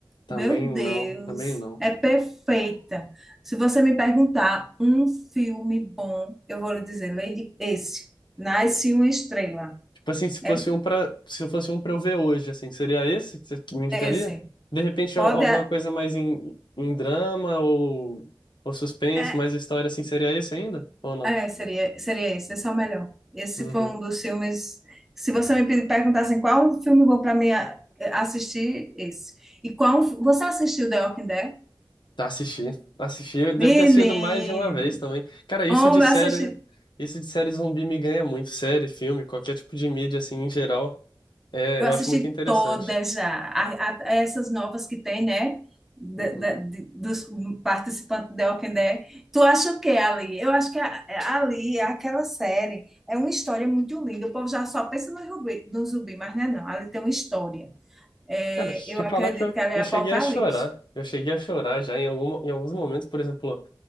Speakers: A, on the left (about 75°); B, in the centre.
A: também
B: Meu Deus,
A: não, também não.
B: é perfeita. Se você me perguntar um filme bom, eu vou lhe dizer, Lady, esse, Nasce uma Estrela.
A: Tipo assim, se fosse
B: É
A: um pra, se fosse um pra eu ver hoje, assim, seria esse que você me indicaria?
B: esse.
A: De repente,
B: Pode.
A: al- alguma coisa mais em, em drama ou, ou suspense,
B: É,
A: mais história, assim, seria esse ainda? Ou não?
B: É, seria, seria esse, esse é o melhor. Esse
A: Uhum.
B: foi um dos filmes. Se você me pedir- perguntasse qual um filme bom para mim a- é, assistir, esse. E qual. um Você assistiu The Walking Dead?
A: Tá, assisti. Assisti. Eu devo
B: Menino!
A: ter assistido mais de uma vez também. Cara, isso
B: Homem,
A: de série,
B: eu assisti,
A: isso de série zumbi me ganha muito. Série, filme, qualquer tipo de mídia, assim, em geral, é,
B: eu
A: eu
B: assisti
A: acho muito interessante.
B: todas já. A- a- essas novas que tem, né? Da-
A: Uhum.
B: da- de- dos participantes do The Walking Dead. Tu acha o que ali? Eu acho que a- é, ali, aquela série, é uma história muito linda. O povo já só pensa no zumbi, no zumbi, mas não é não. Ali tem uma história. É,
A: Cara, te
B: eu acredito
A: falar que eu,
B: que ela
A: eu
B: é Apocalipse.
A: cheguei a chorar. Eu cheguei a chorar já em, algum, em alguns momentos, por exemplo.